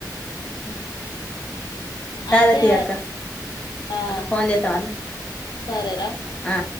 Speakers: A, on the left (about 15°); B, on the left (about 70°).
A: ఆహ సరే
B: అయితే
A: తీ అక్క
B: ఆ
A: ఫోన్ చేతా అళ
B: సరేరా
A: ఆ